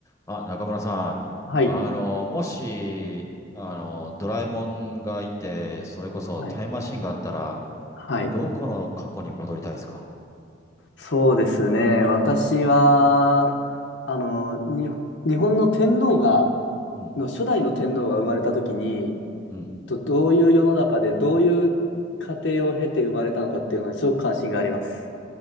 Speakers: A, on the left; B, on the left.
A: あ、中村さん。
B: はい、
A: あの、もし、あの、ドラえもんがいて、それこそタイムマシンがあったら、
B: はい、はい。
A: どこの過去に戻りたいですか
B: そうですね。私は、あの、にほ日本の天皇が、
A: うん。
B: の初代の天皇が生まれた時に、
A: うん。
B: とどういう世の中で、どういう過程を経て生まれたのかっていうのにすごく関心があります。